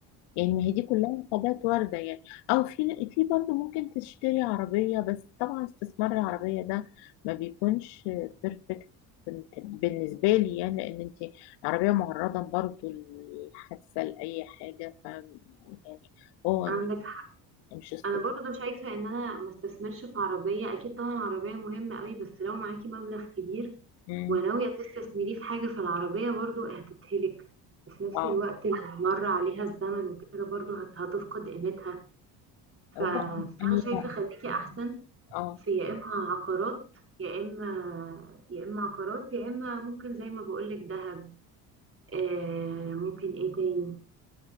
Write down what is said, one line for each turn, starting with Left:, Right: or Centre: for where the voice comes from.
Left: يعني ما هي دي كلها حاجات وارده يعني او في في برضه ممكن تشتري عربيه بس طبعا استثمار العربيه ده ما بيكونش بيرفكت بالنسبه لي يعني لان انت عربيه معرضه برضه للحادثه لاي حاجه ف يعني هو
Right: عندك حق.
Left: مش استثمار
Right: انا برضو شايفة ان انا ما استثمرش في عربية اكيد طبعا العربية مهمة قوي بس لو معاكي مبلغ كبير
Left: مم.
Right: وناوية تستثمريه في حاجة فالعربية برضو هتتهلك وفي نفس
Left: اه
Right: الوقت لو مر عليها الزمن وكده برضو هت- هتفقد قيمتها ف...
Left: أو بقى-
Right: فانا
Left: هي
Right: شايفة خليكي احسن
Left: اه
Right: في يا اما عقارات يا اما يا اما عقارات يا اما ممكن زي ما بقولك دهب آه ممكن ايه تاني